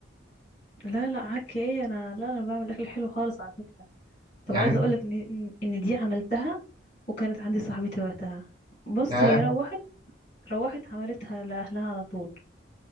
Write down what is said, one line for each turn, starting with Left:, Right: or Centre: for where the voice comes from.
Left: لا لا عك ايه انا لا انا بعمل اكل حلو خالص على فكرة طب
Right: يعني
Left: عايزة
Right: انت
Left: اقولك ان ان إن دي عملتها وكانت عندي صاحبتي وقتها بص
Right: ياه
Left: هي روحت روحت عملتها لأهلها على طول